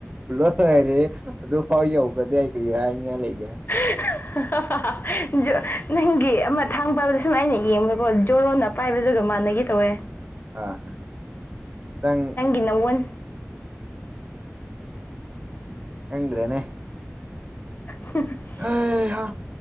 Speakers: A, on the right (about 30°); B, on the left (about 45°).
A: ꯂꯣꯏꯔꯦ ꯑꯗꯨꯐꯥꯎ ꯌꯧꯒ꯭ꯔꯗꯤ ꯑꯩ ꯀꯔꯤ ꯍꯥꯏꯅꯤꯉꯥꯏ ꯂꯩꯒꯦ
B: <unintelligible> ꯖꫭ ꯅꯪꯒꯤ ꯑꯃ ꯊꯥꯡ ꯄꯥꯏꯕꯗ ꯁꯨꯝꯥꯏꯅ ꯌꯦꯡꯕꯗꯀꯣ ꯖꯣꯔꯣꯅ ꯄꯥꯏꯕꯗꯨꯒ ꯃꯥꯟꯅꯒꯤ ꯇꯧꯋꯦ
A: ꯑꯥ ꯅꯪ
B: ꯅ ꯋꯥꯟ
A: ꯈꯪꯗ꯭ꯔꯦꯅꯦ
B: <inaudible>
A: ꯍꯩꯍꯥ